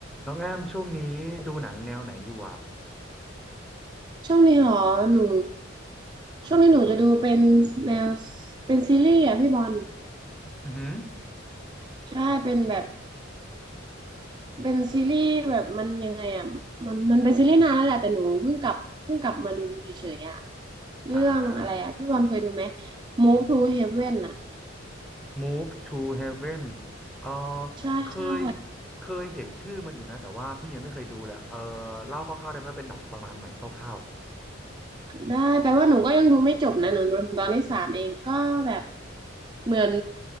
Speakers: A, in the centre; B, on the right.
A: น้องแอมช่วงนี้ดูหนังแนวไหนอยู่อ่ะ
B: ช่วงนี้เหรอหนูช่วงนี้หนูจะดูเป็นแนวเป็นซีรีส์อ่ะพี่บอล
A: อือหือ
B: ใช่เป็นแบบเป็นซีรีส์แบบมันยังไงอ่ะมันมันเป็นซีรีส์นานแล้วแหละแต่หนูเพิ่งกลับเพิ่งกลับมาดูเฉยๆอ่ะเรื่องอะไรอ่ะพี่บอลเคยดูไหม
A: อ่า
B: Move to Heaven อ่ะ
A: Move to Heaven เออ
B: ใช่ใช่
A: เคยเคยเห็นชื่อมันอยู่นะแต่ว่าพี่ยังไม่เคยดูเลยเออเล่าคร่าวๆได้ไหมเป็นหนังประมาณไหนคร่าว
B: ได้แปลว่าหนูก็ยังดูไม่จบนะหนูดูถึงตอนที่สามเองก็แบบเหมือน